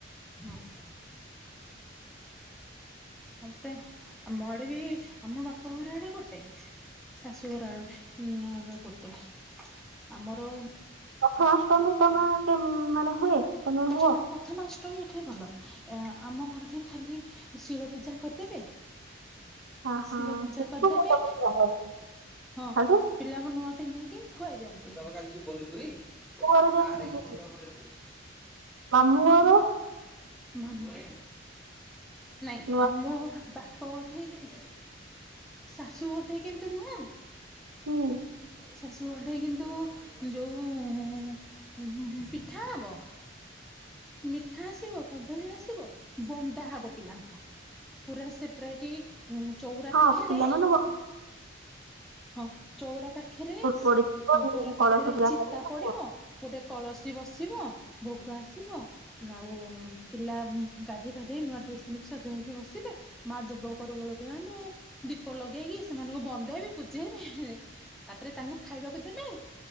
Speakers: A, in the centre; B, on the right.
A: ହଁ। ମ ପଟେ ଆମ ଆଡେ ବି ଆମ ବାପ ଘର ଆଡେ ଗୋଟେ। ଶାଶୁଘର ଆଡେ ଉଁ ନାର ଗୋଟେ ଆମର
B: ଅଖାଅଷ୍ଟମୀ ତମ କେମ୍ ମାନେ ହୁଏ। ତମେ
A: <unintelligible>
B: ହୁଅ?
A: ପଥମାଷ୍ଟମୀ ଏଠେଇ ଭଲ ଏ ଆମ ଘରଠି ଖାଲି ଶିଳ ପୂଜା କରିଦେବେ
B: ହଁ ହଁ
A: ଶିଳ ପୂଜା କରିଦେବେ ହଁ।
B: ହେଠୁ
A: ପିଲାଙ୍କୁ ନୂଆ ପିନ୍ଧେଇକି ଖୁଆଇ ଦିଅନ୍ତି <unintelligible>
B: ଘରେ ଯେମିତି ମାମୁଁ ଘର
A: ମାମୁଁ ନାଇଁ
B: ନୂଆ
A: ଆ ମୋ ବାପ ଉଠେଇକି ଶାଶୁ ଘଟିକି କେମତି ନୁହଁ
B: ହୁଁ
A: ଶାଶୁ ଘଟିକି କିନ୍ତୁ ଯୋଉ ଉଁ ଉଁ ଉଁ ପିଠା ହବ। ମିଠା ଆସିବ। କଦଳୀ ଆସିବ ବନ୍ଦା ହବ ପିଲାଙ୍କୁ ପୁରା ସେପରାଇଟି ଉଁ ଚଉରା
B: ହଁ
A: ପାଖେରେ
B: ପିଲାମାନେ
A: ହଁ ଚଉରା ପାଖେରେ
B: ପଡିଥିବ
A: ହଁ ଚଉରା ପାଖେରେ
B: କଳସ ପୂଜା
A: ଚିତା
B: ହଁ
A: ପଡିବ।
B: ହଁ
A: ଗୋଟେ କଳସୀ ବସିବ ଭୋଗ ଆସିବ ନାଉ ଉଁ ପିଲା ଉଁ ଗାଧେଇ ଫାଧେଇ ନୂଆ ଡ୍ରେସ୍ ପିନ୍ଧିକି ସଜ ହେଇକି ବସିବେ। ମା ଦୁବକର ବୋଳିକି ଆଣିବେ ଦୀପ ଲଗେଇକି ସେମାନଙ୍କୁ ବନ୍ଦେଇବେ ପୂଜେଇବେ ତାପରେ ତାଙ୍କୁ ଖାଇବାକୁ ଦେବେ।